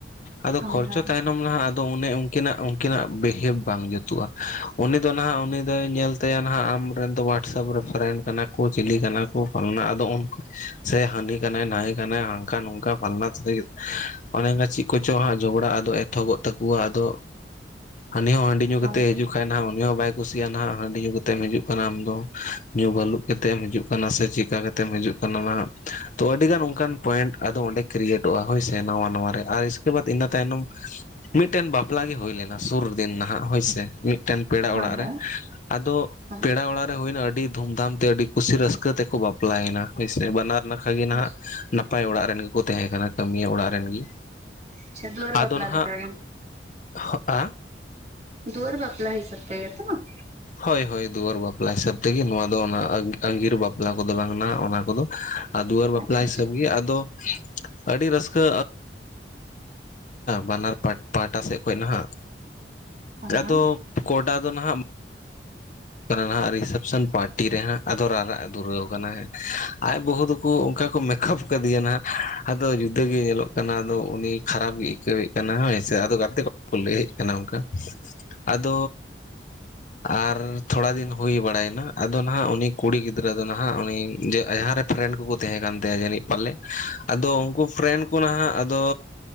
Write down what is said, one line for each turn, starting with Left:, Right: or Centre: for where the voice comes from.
Left: ᱟᱫᱚ
Right: ᱦᱳᱭ
Left: ᱠᱷᱚᱨᱪᱚ
Right: ᱦᱳᱭ ᱦᱳᱭ
Left: ᱛᱟᱭᱱᱚᱢ, ᱱᱟᱦᱟᱜ ᱟᱫᱚ ᱚᱱᱮ ᱩᱱᱠᱤᱱᱟᱜ ᱩᱱᱠᱤᱱᱟᱜ ᱵᱤᱦᱮᱵᱽ ᱵᱟᱝ ᱡᱩᱛᱩᱜᱼᱟ ᱩᱱᱤ ᱫᱚ ᱱᱟᱦᱟᱜ ᱩᱱᱤ ᱫᱚᱭ ᱧᱮᱞ ᱛᱮ ᱱᱟᱦᱟᱜ ᱟᱢᱨᱮᱱ ᱫᱚ ᱳᱣᱟᱴᱥᱮᱯ ᱨᱮ ᱯᱷᱨᱮᱱᱰ ᱠᱟᱱᱟ ᱠᱚ ᱪᱮᱞᱮ ᱠᱟᱱᱟ ᱠᱚ ᱯᱟᱞᱱᱟ ᱟᱫᱚ ᱩᱱ ᱥᱮ ᱦᱟᱹᱱᱤ ᱠᱟᱱᱟᱭ ᱱᱟᱹᱭ ᱠᱟᱱᱟᱭ ᱦᱟᱝᱠᱟ ᱱᱚᱝᱠᱟ ᱯᱷᱟᱱᱟ ᱥᱮ ᱚᱱᱮ ᱚᱝᱠᱟ ᱪᱮᱫ ᱠᱚᱪᱚ ᱦᱟᱸᱜ ᱡᱷᱚᱜᱽᱲᱟ ᱟᱫᱚ ᱮᱛᱚᱦᱚᱵᱚᱜ ᱛᱟᱠᱚᱣᱟ ᱟᱫᱚ ᱦᱟᱱᱤ ᱦᱚᱸ ᱦᱟᱺᱰᱤ, ᱧᱩ
Right: ᱦᱳᱭ ᱦᱳᱭ
Left: ᱠᱟᱛᱮᱫ ᱦᱤᱡᱩᱜ ᱠᱷᱟᱡ ᱦᱟᱜ ᱩᱱᱤ ᱦᱚᱸ ᱵᱟᱭ ᱠᱩᱥᱤᱭᱟᱜᱼᱟ ᱱᱟᱦᱟᱜ ᱦᱟᱺᱰᱤ ᱧᱩ ᱠᱟᱛᱮᱢ ᱦᱤᱡᱩᱜ ᱠᱟᱱᱟ ᱟᱢ ᱫᱚ ᱧᱩ ᱵᱟᱹᱞᱩᱜ ᱠᱟᱛᱮ ᱮᱢ ᱦᱤᱡᱩᱜ ᱠᱟᱱᱟ ᱥᱮ ᱪᱤᱠᱟ ᱠᱟᱛᱮᱢ ᱦᱤᱡᱩᱜ ᱚᱱᱟ ᱛᱚ ᱟᱹᱰᱤᱜᱟᱱ ᱚᱱᱠᱟᱱ ᱯᱚᱭᱮᱱᱴ ᱟᱫᱚ ᱚᱸᱰᱮ ᱠᱨᱤᱭᱮᱴᱚᱜᱼᱟ ᱦᱳᱭᱥᱮ ᱱᱟᱣᱟ ᱱᱟᱣᱟ ᱨᱮ ᱟᱨ ᱤᱥᱠᱮ ᱵᱟᱫᱽ ᱤᱱᱟᱹ ᱛᱟᱭᱱᱚᱢ ᱢᱤᱫ ᱴᱮᱱ ᱵᱟᱯᱞᱟ ᱜᱮ ᱦᱩᱭ ᱞᱮᱱᱟ ᱥᱩᱨ ᱫᱤᱱ ᱱᱟᱦᱟᱜ ᱦᱳᱭᱥᱮ, ᱢᱤᱫ ᱴᱮᱱ ᱯᱮᱲᱟ
Right: ᱦᱳᱭ
Left: ᱚᱲᱟᱜ ᱨᱮ,
Right: ᱦᱳᱭ
Left: ᱟᱫᱚ
Right: ᱦᱳᱭ ᱦᱳᱭ
Left: ᱯᱮᱲᱟ ᱚᱲᱟᱜ ᱨᱮ ᱦᱩᱭᱱᱟ ᱟᱹᱰᱤ ᱫᱷᱩᱢ ᱫᱷᱟᱢ ᱛᱮ ᱟᱹᱰᱤ ᱠᱩᱥᱤ ᱨᱟᱹᱥᱠᱟᱹ ᱛᱮᱠᱚ ᱵᱟᱯᱞᱟᱭᱮᱱᱟ ᱦᱭᱥᱮ, ᱵᱟᱱᱟᱨ ᱱᱟᱠᱷᱟ ᱜᱮ
Right: ᱦᱳᱭ
Left: ᱱᱟᱦᱟᱜ ᱱᱟᱯ ᱱᱟᱯᱟᱭ ᱚᱲᱟᱜ ᱨᱮᱱ ᱜᱮᱠᱚ ᱛᱟᱸᱦᱮ ᱠᱟᱱᱟ ᱠᱟᱹᱢᱤᱭᱟᱹ ᱚᱲᱟᱜ ᱨᱮᱱ ᱜᱮ,
Right: ᱟᱪᱪᱷᱟ ᱫᱩᱣᱟᱹᱨ ᱵᱟᱯᱞᱟ
Left: ᱟᱫᱚ ᱱᱟᱦᱟᱜ
Right: ᱞᱮᱠᱟ ᱜᱮ
Left: ᱦᱚᱜᱼᱟ
Right: ᱫᱩᱣᱟᱨ ᱵᱟᱯᱞᱟ ᱦᱤᱥᱟᱹᱵ ᱛᱮᱜᱮ ᱛᱚ ᱵᱟᱝ?
Left: ᱦᱳᱭ ᱦᱳᱭ ᱫᱩᱣᱟᱹᱨ ᱵᱟᱯᱞᱟ ᱦᱤᱥᱟᱹᱵ ᱛᱮᱜᱮ, ᱱᱚᱣᱟ ᱫᱚ ᱚᱱᱟ ᱟᱜᱤᱨ ᱵᱟᱯᱞᱟ ᱠᱚᱫᱚ ᱵᱟᱝ ᱠᱟᱱᱟ ᱚᱱᱟ ᱠᱚᱫᱚ᱾ ᱟ ᱫᱩᱣᱟᱹᱨ ᱵᱟᱯᱞᱟ
Right: ᱟᱪᱪᱷᱟ
Left: ᱦᱤᱥᱟᱹᱵ
Right: ᱟᱪᱪᱷᱟ
Left: ᱜᱮ ᱟᱫᱚ ᱟᱹᱰᱤ ᱨᱟᱹᱥᱠᱟᱹ ᱵᱟᱱᱟᱨ ᱯᱟᱴ ᱯᱟᱦᱴᱟ ᱥᱮᱫ ᱠᱷᱚᱡ ᱱᱟᱦᱟᱜ,
Right: ᱦᱮᱸ
Left: ᱟᱫᱚ
Right: ᱦᱮᱸ
Left: ᱠᱚᱰᱟ ᱫᱚ ᱱᱟᱦᱟᱜ ᱠᱟᱱᱟ ᱱᱟᱜ ᱨᱤᱥᱮᱯᱥᱚᱱ ᱯᱟᱨᱴᱤ ᱨᱮᱦᱟᱸᱜ ᱟᱫᱚ ᱨᱟᱨᱟᱜ ᱮ ᱫᱷᱩᱨᱟᱹᱣ ᱟᱠᱟᱱᱟ ᱦᱮᱸ, ᱟᱡ ᱵᱟᱹᱦᱩ ᱫᱚᱠᱚ ᱚᱱᱠᱟ ᱠᱚ ᱢᱮᱠᱟᱯ ᱢᱮᱞᱟᱳ ᱠᱟᱫᱤᱭᱟ ᱱᱟᱦᱟᱜ, ᱟᱫᱚ ᱡᱩᱫᱟᱹ ᱜᱮ ᱧᱮᱞᱚᱜ ᱠᱟᱱᱟ ᱟᱫᱚ ᱩᱱᱤ ᱠᱷᱟᱨᱟᱯ ᱜᱮᱭ ᱟᱹᱤᱠᱟᱹᱣᱮᱫ ᱠᱟᱱᱟ ᱦᱳ ᱥᱮ ᱟᱫᱚ ᱜᱟᱛᱮ ᱠᱚ ᱠᱚ ᱞᱟᱹᱭᱮᱫ ᱠᱟᱱᱟ ᱚᱱᱠᱟ, ᱟᱫᱚ ᱟᱨ ᱛᱷᱚᱲᱟ ᱫᱤᱱ ᱦᱩᱭ ᱵᱟᱲᱟᱭᱮᱱᱟ ᱟᱫᱚ ᱱᱟᱦᱟᱜ ᱩᱱᱤ ᱠᱩᱲᱤ ᱜᱤᱫᱽ ᱜᱤᱫᱽᱨᱟᱹ ᱫᱚ ᱱᱟᱦᱟᱜ ᱩᱱᱤ ᱡᱮ ᱟ‌ ᱡᱟᱦᱟᱸ ᱨᱮ ᱯᱷᱨᱮᱱᱰ ᱠᱚᱠᱚ ᱛᱟᱦᱮᱸ ᱠᱟᱱ ᱛᱟᱭᱟ ᱡᱟᱹᱱᱤᱡ ᱯᱟᱞᱮ ᱟᱫᱚ ᱩᱱᱠᱩ ᱯᱷᱨᱮᱱᱰ ᱠᱩ ᱱᱟᱦᱟᱸᱜ ᱟᱫᱚ